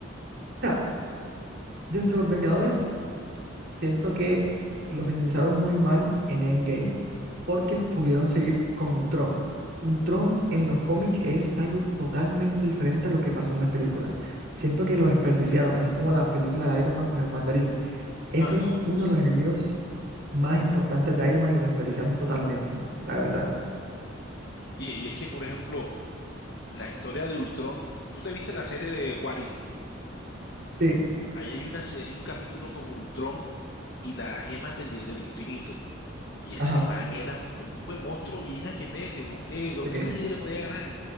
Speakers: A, on the right; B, on the left.
A: o sea, dentro de los Vengadores, siento que lo finalizaron muy mal en Endgame, porque pudieron seguir con Ultron. Ultron en los cómics es algo totalmente diferente a lo que pasó en las películas. Siento que lo desperdiciaron, así como la película de Iron Man con el mandarín.
B: Ah,
A: Eso
B: no.
A: es
B: no
A: uno
B: s-
A: de los enemigos más importantes de Iron Man y lo desperdiciaron totalmente, la verdad.
B: Y, y es que, por ejemplo, la historia de Ultron. ¿Tú te viste la serie de What If?
A: Sí,
B: Ahí hay una serie, un capítulo con Ultron y las gemas del del infinito. Y ese
A: ajá,
B: man era un tronco de monstruo bien HP, que no friegue, creo
A: sí,
B: que nadie le podía ganar.